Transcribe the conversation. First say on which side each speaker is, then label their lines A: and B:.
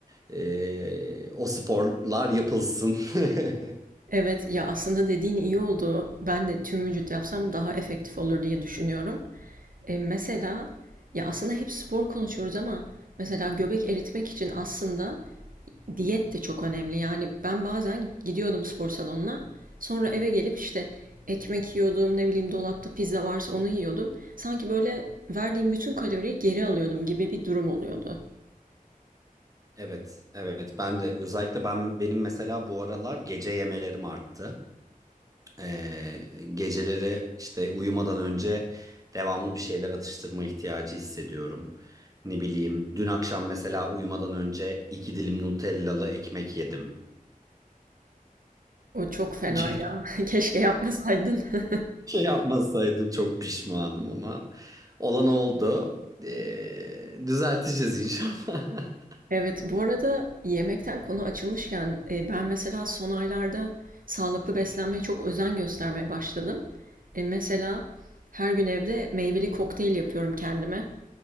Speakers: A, on the right; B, on the right.
A: E, o sporlar yapılsın. <laughs>
B: Evet, ya aslında dediğin iyi oldu. Ben de tüm vücut yapsam daha efektif olur diye düşünüyorum. E, mesela ya aslında hep spor konuşuyoruz ama mesela göbek eritmek için aslında Diyet de çok önemli. Yani ben bazen gidiyordum spor salonuna. Sonra eve gelip işte ekmek yiyordum, ne bileyim dolapta pizza varsa onu yiyordum. Sanki böyle verdiğim bütün kaloriyi geri alıyordum gibi bir durum oluyordu.
A: Evet, evet. Ben de özellikle ben benim mesela bu aralar gece yemelerim arttı. Ee, geceleri işte uyumadan önce devamlı bir şeyler atıştırma ihtiyacı hissediyorum. Ne bileyim, dün akşam mesela uyumadan önce iki dilim Nutellalı ekmek yedim.
B: O çok fena
A: <laughs>
B: ya. <laughs> Keşke yapmasaydın. <laughs>
A: Şey yapmasaydım çok pişmanım ama olan oldu. Ee, düzelteceğiz inşallah. <laughs>
B: Evet, bu arada yemekten konu açılmışken e, ben mesela son aylarda sağlıklı beslenmeye çok özen göstermeye başladım. E, mesela her gün evde meyveli kokteyl yapıyorum kendime.